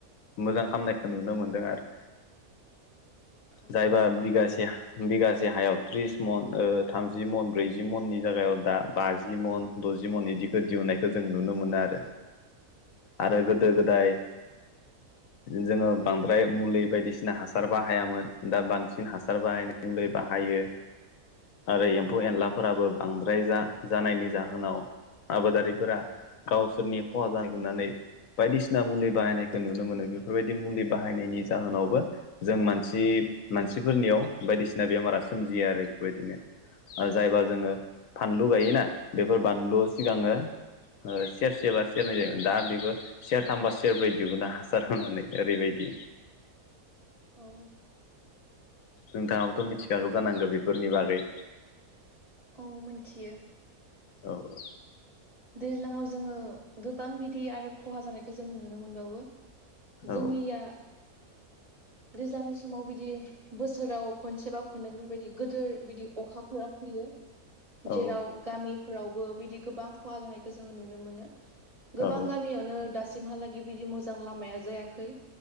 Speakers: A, on the left; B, on the right.
A: मोजां खालामामनायखौ नुनो मोनदों आरो
B: औ
A: जायबा बिगासे बिगासे हायाव त्रिस मन थामजि मन ब्रैजि मननि जायगायाव दा बाजि मन द'जि मननि दि दिहुननायखौ जों नुनो मोनो आरो आरो
B: औ
A: गोदो गोदाय जोंङो बांद्राय मुलि बायदिसिना हासार बाहायामोन दा बांसिन हासार बाहायनाय जोलै बाहायो आरो एम्फौ एनलाफोराबो बांद्राय जा जानायनि जाहोनाव आबादारिफोरा गावसोरनि खहा जागोन होननानैय बायदिसिना मुलि बाहायनायखौ नुनो मोनो। बेफोरबायदि मुलि बाहायनायनि जाहोनावबो जों मानसि मानसिफोरनियाव बायदिसिना बेमारा सोमजियो आरो बेफोरबायदिनो आरो जायबा जोंङो फानलु गायोना बेफोर बानलु सिगांङो? सेरसेबा सेरनै जायोमोन दा बेखौ सेर थामबा सेरब्रै दिहुना हासार होनानै ओरैबायदि
B: औव
A: नोंथांङाबोथ' मिथिखागौ जानांगौ बेफोरनि बागै?
B: औ मिथियो
A: औ औ
B: दैज्लाङाव जोङो गोबां बिदि आरो खहा जानायखौ जोङो नुनो मोनबावो
A: औ
B: जोंनिया दैजलांनि समाव बिदि बोसोराव खनसेबा खननै बेफोरबायदि गिदिर बिदि अखाफोरा फैयो
A: औ
B: जेराव गामिफोरावबो बिदि गोबां खहा जानायखौ जोङो नुनो मोनो। गोबां
A: औ
B: गामियावनो दासिमहालागै बिदि मोजां लामाया जायाखै